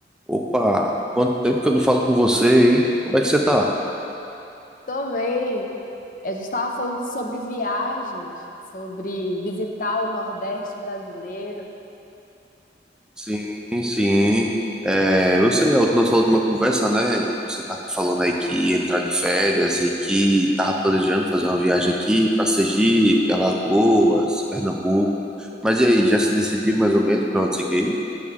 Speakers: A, in the centre; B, on the left (about 45°).
A: Opa, quanto tempo que eu não falo com você, hein? Como é que você tá?
B: Também, a gente estava falando sobre viagens, sobre visitar o Nordeste brasileiro.
A: Sim, sim. É, eu sei, a ult- nossa última conversa, né? Você tá me falando aí que ia entrar de férias e que tava planejando fazer uma viagem aqui pra Sergipe, Alagoas, Pernambuco. Mas e aí, já se decidiu mais ou menos pra onde você quer ir?